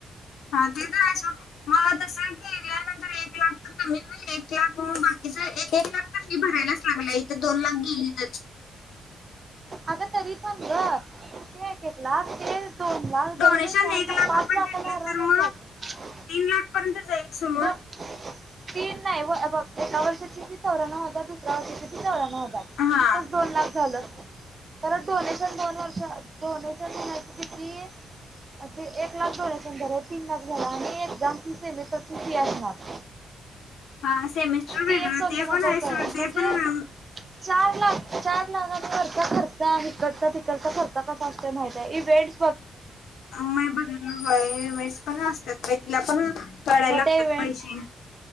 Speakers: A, on the left; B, on the right.
A: हा ते तर आहे सोड मग तसं केल्यानंतर एक लाख तर कमी कमी एक लाख होऊन बाकीच एक एक लाख तर फी भरायलाच लागला इथे दोन लाख गेली तर
B: ह ग ते केला ते दोन लाख जवळ
A: डोनेशन
B: जवळ चार
A: एक
B: लाख पाच
A: रुपये
B: लाखाला
A: घेतले
B: आरामात
A: तर मग
B: जातो
A: तीन लाख पर्यंत जाईल सोड
B: दोन तीन नाही एका वर्षाचीतीिथ होरा न होता दुसरा वर्षा तिचा होरा हजार
A: हा
B: तिथच दोन लाख झालं परत डोनेशन दोन वर्ष डोनेशन देण्या किती ते एक लाख जो सं तीन लाख झाला आणि एक जा तिसे मटर किती लाख
A: हा सेमिस्टर
B: ती
A: वेगळं
B: एक दोंदनाताच
A: ते पण आहे सोड ते
B: म्हणजे
A: पण
B: चार लाख चार लाखांच्या वरचा खर्चा इिकडचा तिकडचा खर्चा कसा असतय माह आहे इव्हेंट्
A: म बघ मिेटस पण असतात तिला पण कढयला
B: मग
A: लागतात
B: ते इव्हेंट
A: पैसे